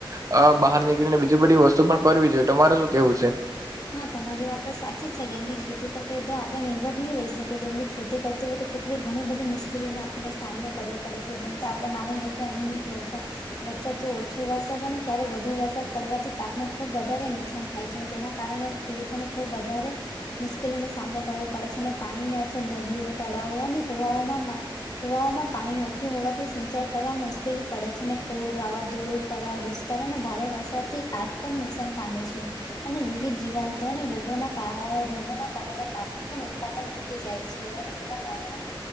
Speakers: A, on the right; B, on the left.
A: અ બહાર નીકળીને બીજી બધી વસ્તુ પણ કરવી જોઈએ. તો તમારે શું કેવું છે?
B: હા તમારી વાત તો સાચી જ છે. કે એમ ખેતી પર તો આપણે નિર્ભર નહી રહી શકીએ. કેમ કે ખેતી કર તે બધતે કેટલી ઘણી બધી મુશ્કેલીઓનો આપણને સામનો કરવો પડે છે. જેમ આપણે માની લઈએ કે અનિયમિત વરસાદ વરસાદ જો ઓછો વરસાદ અને ક્યારે વધુ વરસાદ પડવાથી પાકને ખુબ વધારે નુકસાન થાય છે અને તેના કારણે ખેડૂતોને ખૂબ વધારે મુશ્કેલીઓનો સામનો કરવો પડે છે અને પાણીની અછત નદીઓ, તળાવો અને કુવાઓમાં કુવાઓમાં પાણી ઓછું હોવાથી સિંચાઈ કરવા મુશ્કેલી પડે છે. ને પૂર, વાવાઝોડું, કરાર, દુષ્ કારણે ભારે વરસાદ થી પાર્ક પણ નુકસાન પામે છે અને બી જીવાંત રોગોના રોગોના કારણે પાકનું પણ ઉત્પાદન ઘટી જાય છે અને તેના કારણે